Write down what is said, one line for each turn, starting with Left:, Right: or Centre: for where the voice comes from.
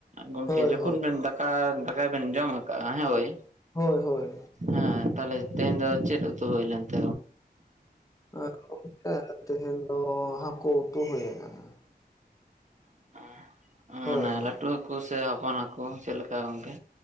Right: ᱜᱚᱝᱠᱮ
Left: ᱦᱳᱭ
Right: ᱡᱚᱠᱷᱚᱱ
Left: ᱦᱳᱭ
Right: ᱵᱤᱱ ᱫᱟᱠᱟ ᱫᱟᱠᱟᱭ ᱵᱮᱱ ᱡᱚᱢ ᱟᱠᱟ ᱟᱜ ᱦᱮᱸ ᱳᱭ
Left: ᱦᱳᱭ ᱦᱳᱭ ᱾
Right: ᱦᱮᱸ ᱛᱟᱦᱞᱮ ᱛᱮᱦᱮᱧ ᱫᱚ ᱪᱮᱫ ᱩᱛᱩ ᱦᱩᱭ ᱞᱮᱱ <inaudible>
Left: <unintelligible> ᱛᱮᱦᱮᱧ ᱫᱚ ᱦᱟᱹᱠᱩ ᱩᱛᱩ ᱦᱩᱭ ᱠᱟᱱᱟ ᱾
Right: <unintelligible>
Left: ᱦᱳᱭ
Right: ᱢᱟᱱᱮ
Left: ᱦᱳᱭ
Right: ᱞᱟ. ᱴᱩ ᱠᱚ ᱥᱮ ᱦᱚᱯᱚᱱ ᱦᱟ. ᱠᱩ ᱪᱮᱫ ᱞᱮᱠᱟ ᱜᱚᱝᱠᱮ᱾